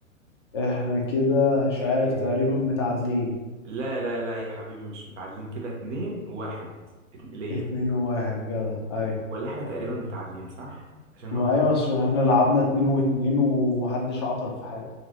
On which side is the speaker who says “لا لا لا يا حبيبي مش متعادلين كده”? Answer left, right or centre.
Right